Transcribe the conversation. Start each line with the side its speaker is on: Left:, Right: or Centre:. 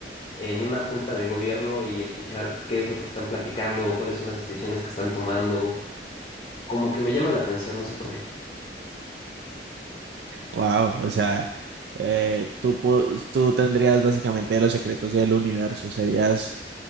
Left: en una junta de gobierno y escuchar qué es lo que están platicando, cuáles son las decisiones que están tomando, como que me llama la atención, no sé por qué.
Right: Wow, o sea, eh, tú, po- tú tendrías básicamente los secretos del universo, serías